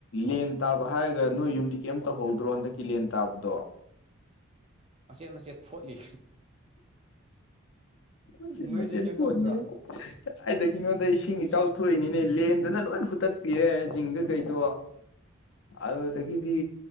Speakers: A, on the left (about 65°); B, on the right (about 25°).
A: ꯂꯦꯟ ꯇꯥꯕ ꯍꯥꯏꯔꯒ ꯅꯣꯏ ꯌꯨꯝꯗꯤ ꯀꯩꯝ ꯇꯧꯍꯧꯗ꯭ꯔꯣ ꯍꯟꯗꯛꯀꯤ ꯂꯦꯟ ꯇꯥꯕꯗꯣ
B: ꯃꯆꯦꯠ ꯃꯆꯦꯠ ꯐ‌ꯣꯠꯂꯤ
A: ꯃꯆꯦꯠ
B: ꯅꯣꯏꯗꯤ
A: ꯃꯆꯦꯠ
B: ꯀꯩꯝ
A: ꯐꯣꯠꯂ‌ꯦ
B: ꯇꯧꯗ꯭ꯔꯣ
A: ꯀꯗꯥꯏꯗꯒꯤꯅ‌ꯣꯗ ꯏꯁꯤꯡ ꯏꯆꯥꯎ ꯊꯣꯛꯏꯅꯤꯅꯦ ꯂꯦꯟꯗꯨꯅ ꯂꯣꯏ ꯍꯨꯠꯇꯠꯄꯤꯔꯦ ꯖꯤꯡꯒ ꯀꯩꯗꯣ ꯑꯗꯨꯗꯒꯤꯗꯤ